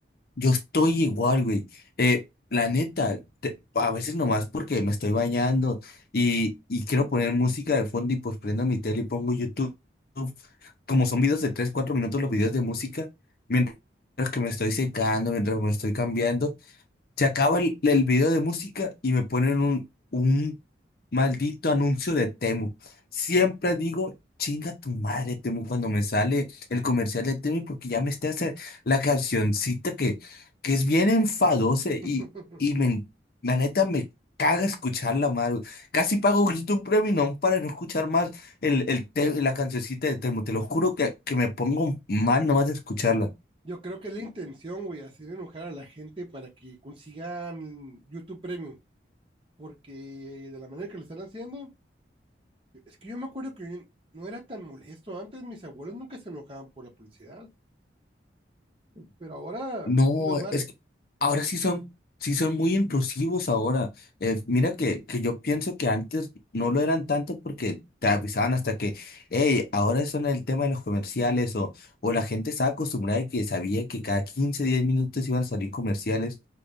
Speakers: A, on the left; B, on the right.
A: Yo estoy igual, güey. Eh, la neta, te- a veces nomás porque me estoy bañando y, y quiero poner música de fondo y pues prendo mi tele y pongo YouTube. Como son videos de 3 4 minutos los videos de música, mientras que me estoy secando, mientras me estoy cambiando, se acaba el, el video de música y me ponen un, un maldito anuncio de Temu. Siempre digo, chinga tu madre, Temu, cuando me sale el comercial de Temu, porque ya me está haciendo la cancioncita que, que es bien enfadosa
B: <laughs>
A: y, y me, la neta me caga escucharla, Maru. Casi pago ahorita un premium para no escuchar más el, el te- la cancioncita de Temu. Te lo juro que, que me pongo mal nomás de escucharla.
B: Yo creo que es la intención, güey, hacer enojar a la gente para que consigan YouTube Premium, porque de la manera que lo están haciendo, es que yo me acuerdo que no era tan molesto antes, mis abuelos nunca se enojaban por la publicidad, pero ahora
A: No,
B: es un desmadre.
A: es que ahora sí son, sí son muy intrusivos ahora. Eh, mira que, que yo pienso que antes no lo eran tanto porque te avisaban hasta que, hey, ahora son el tema de los comerciales o, o la gente estaba acostumbrada y que sabía que cada 15 10 minutos iban a salir comerciales